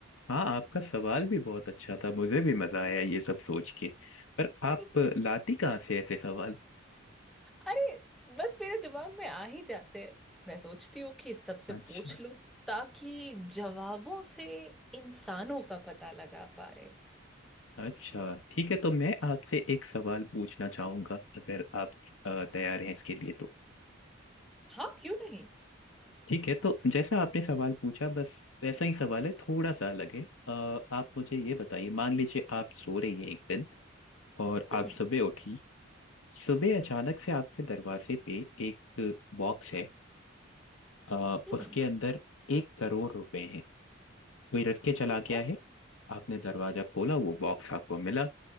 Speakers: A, on the left (about 80°); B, in the centre.
A: हाँ आपका सवाल भी बहुत अच्छा था मुझे भी मजा आया ये सब सोच के पर
B: <laughs>
A: आप लाती कहाँ से ऐसे सवाल
B: अरे बस मेरे दिमाग में आ ही जाते हैं मैं सोचती हूँ कि सबसे
A: अच्छा
B: पूछ लूं ताकि जवाबों से इंसानों का पता लगा पा रहे
A: अच्छा ठीक है तो मैं आपसे एक सवाल पूछना चाहूंगा अगर आप अ, तैयार हैं इसके लिए तो
B: हाँ क्यों नहीं
A: ठीक है तो जैसा आपने सवाल पूछा बस वैसा ही सवाल है थोड़ा सा अलग है अ, आप मुझे ये बताइए मान लीजिए आप सो रही हैं एक दिन और
B: हम्म
A: आप सुबह उठी सुबह अचानक से आपके दरवाजे पे एक बॉक्स है आ,
B: हम्म
A: उसके
B: हम्म,
A: अंदर एक करोड़ रुपए हैं कोई रख के चला
B: आ,
A: गया है आपने दरवाजा खोला वो बॉक्स आपको मिला